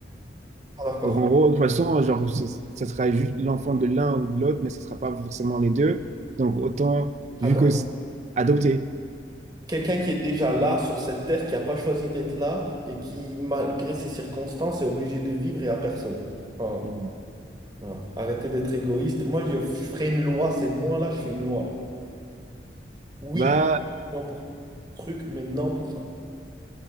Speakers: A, on the right; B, on the right.
A: Pas d'accord.
B: Donc, en gros, de toute façon, genre, ce- ça sera juste l'enfant de l'un ou de l'autre, mais ça sera pas forcément les deux. Donc, autant,
A: J'adore.
B: vu que c'est adopté.
A: Quelqu'un qui est déjà là, sur cette terre, qui n'a pas choisi d'être là et qui, malgré ses circonstances, est obligé de vivre et à personne. Voilà.
B: Mmh.
A: Voilà. Arrêtez d'être égoïste. Moi, je je ferai une loi, c'est moi là, je fais une loi là. Oui,
B: Bah,
A: non pour ce truc, mais non pour ça.